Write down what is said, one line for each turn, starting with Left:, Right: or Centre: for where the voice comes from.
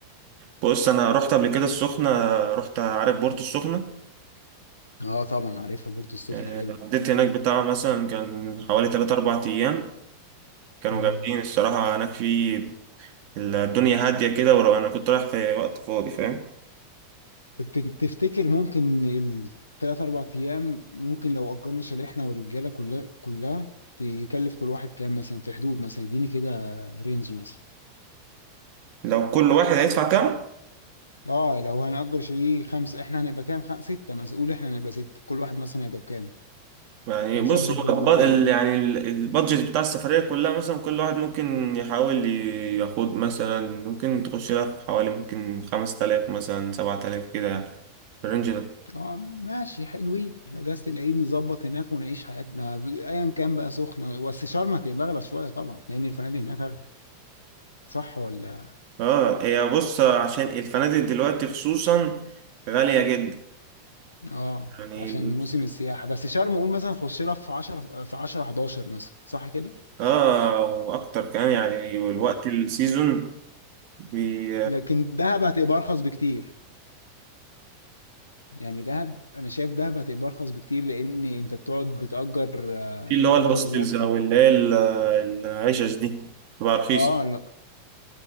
Right: بص انا رحت قبل كده السخنه رحت عارف بورتو السخنه
Left: اه طبعا عارفها بورتو السخنه
Right: آه، قضيت هناك بتاع مثلا كان حوالي تلات أربع أيام كانوا
Left: حلو
Right: جامدين الصراحة هناك في الدنيا هادية كده ولو أنا كنت رايح في وقت فاضي فاهم
Left: طب تج- تفتكر ممكن الثلاث اربع ايام ممكن لو اجرنا شاليه احنا والرجاله كلها كلها تكلف كل واحد كام مثلا في حدود مثلا يديني كده رينج مثلا
Right: لو كل واحد هيدفع كام
Left: اه لو هنأجر شاليه خمسة احنا هنبقى كام خم... ستة مثلا قول احنا هنبقى ستة كل واحد مثلا هيبقى بكام
Right: يعني
Left: نظبط
Right: بص هو
Left: برضو
Right: الب-
Left: الدنيا
Right: ال- يعني ال- البادجت بتاع السفرية كلها مثلا كل واحد ممكن يحاول ياخد مثلا ممكن تخش لها في حوالي ممكن خمس تلاف مثلا سبعة تلاف كده يعني في الرينج ده
Left: اه ماشي حلوين في اجازة العيد نظبط هناك ونعيش حياتنا ب- ايا كان بقى سخنة بس شرم هتبقى اغلى شوية طبعا لان الفنادق هناك اغلى صح ولا
Right: اه هي بص عشان الفنادق دلوقتي خصوصا غالية جدا
Left: اه
Right: يعني
Left: عشان موسم السياحة بس شرم قول مثلا تخش لها في 10 في 10 11 مثلا صح كده
Right: اه واكتر كمان يعني والوقت
Left: اه
Right: السيزون بي...
Left: لكن دهب هتبقى ارخص بكتير يعني دهب انا شايف دهب هتبقى ارخص بكتير لان انت بتقعد بتأجر آه،
Right: في
Left: بتأجر
Right: اللي هو الهوستلز
Left: وقت
Right: او اللي هي ال- العشش دي بتبقى رخيصة
Left: اه لا